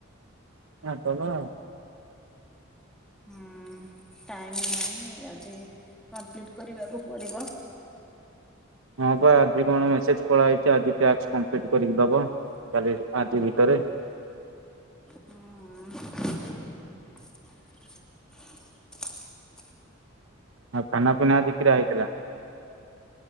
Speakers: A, on the right; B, in the centre.
A: ମାରିଦେବା।
B: ହୁଁ ଟାଇମ୍ ନାହିଁ ଆଜି। କମ୍ପ୍ଲିଟ କରିବାକୁ ପଡିବ।
A: ହଁ ବା ଆଜି କଣ ମେସେଜ ପଳେଇଚି ଆଜି ଟ୍ୟାକ୍ସ କମ୍ପ୍ଲିଟ କରିକି ଦବ। କାଲି ଆଜି ଭିତରେ
B: ହଁ।
A: ଆଉ ଖାନା ପିନା ଆଜି କିରା ହେଇଥିଲା।